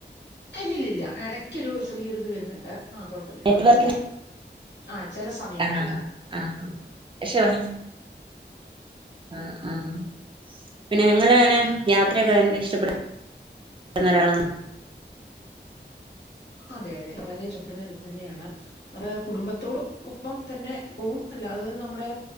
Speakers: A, on the left; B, on the right.
A: ഇല്ല ഇല്ല ഇല്ല ഇടയ്ക്കൊരു ചെറിയൊരു ഇത് വരുന്നുണ്ട് ആഹ് കൊഴപ്പില്ലേ
B: നെറ്റ്‌വർക്കിന്
A: ആഹ് <unintelligible> ചില സമയങ്ങളില്
B: ആഹ് ആഹാ പക്ഷെ <inaudible> <inaudible> ആഹ് ആഹ് പിന്നെ നിങ്ങളെങ്ങനാ യാത്രയൊക്കെ ഭയങ്കര ഇഷ്ടപ്പെടു <inaudible> ന്ന ഒരാളാ <inaudible>
A: അതെ അതെ വളരെ ഇഷ്ടപ്പെടുന്ന വ്യക്തി തന്നെയാണ് നമ്മുടെ കുടുംബത്തോട് ഒപ്പം തന്നെ പോകും അല്ലാതെ തന്നെ നമ്മുടെ